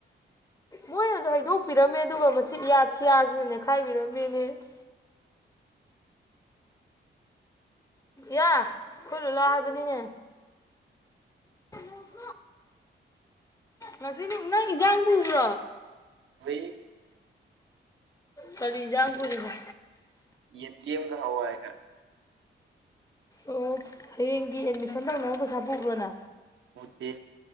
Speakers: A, on the left (about 15°); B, on the right (about 75°).
A: ꯃꯣꯏꯅꯁꯨ ꯍꯩꯗꯣꯛꯄꯤꯔꯝꯃꯦ ꯑꯗꯨꯒ ꯃꯁꯤ ꯏꯌꯥꯊꯤꯌꯥꯁꯤꯅ ꯅꯦꯠꯈꯥꯏꯕꯤꯔꯝꯃꯦꯅꯦ ꯃꯥ ꯌꯥ ꯈꯨꯜꯂꯨꯂꯥꯎ ꯍꯥꯏꯕꯅꯤꯅꯦ ꯎꯝ ꯉꯁꯤ ꯅꯪ ꯏꯟꯖꯥꯟ ꯄꯨꯕ꯭ꯔꯣ
B: ꯄꯨꯏ
A: ꯀꯔꯤ ꯏꯟꯖꯥꯡ ꯄꯨꯔꯤꯕ
B: ꯌꯦꯟꯗꯤꯦꯝꯒꯋꯥꯑ ꯀ
A: ꯑꯣ ꯍꯌꯦꯡꯒꯤ ꯑꯦꯠꯃꯤꯁꯟ ꯇꯧꯅꯕ ꯄꯩꯁꯥ ꯄꯨꯕ꯭ꯔꯣꯅ
B: ꯎꯆꯦ